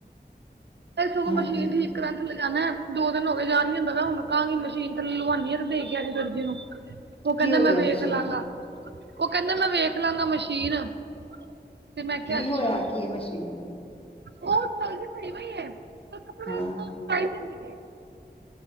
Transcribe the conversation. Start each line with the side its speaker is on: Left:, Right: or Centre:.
Right: ਤੇ ਸਗੋਂ
Left: ਹਾਂਜੀ
Right: ਮਸ਼ੀਨ ਠੀਕ ਕਰਾਨ ਥੱਲੇ ਜਾਣਾ ਦੋ ਦਿਨ ਹੋਗੇ ਜਾਣ ਨੀ ਹੁੰਦਾ। ਕਾਂਗੀ ਮਸ਼ੀਨ ਥੱਲੇ ਲਵਾਉਣੀ ਆ ਤੇ ਦੇ ਕੇ ਆਜੇ ਦਰਜੀ ਨੂੰ ਉਹ ਕਹਿੰਦਾ
Left: ਕੀ ਹੋ ਗਿਆ
Right: ਮੈਂ ਵੇਖ
Left: ਮਸ਼ੀਨ
Right: ਲਾਂਗਾ। ਉਹ ਕਹਿੰਦਾ ਮੈਂ ਵੇਖ ਲਾਂਗਾ ਮਸ਼ੀਨ ਤੇ ਮੈਂ ਕਿਹਾ
Left: ਨਹੀਂ
Right: ਅੱਛਾ।
Left: ਹੋਇਆ ਕੀ ਇਹ ਮਸ਼ੀਨ ਨੂੰ
Right: ਉਹ ਚੱਲਦੀ ਸਹੀ ਪਈ ਏ ਉਹ ਕੱਪੜੇ
Left: ਹਾਂ
Right: ਉਹ ਸਲਾਈ ਨਹੀਂ ਦੇਂਦੀ ਪਈ।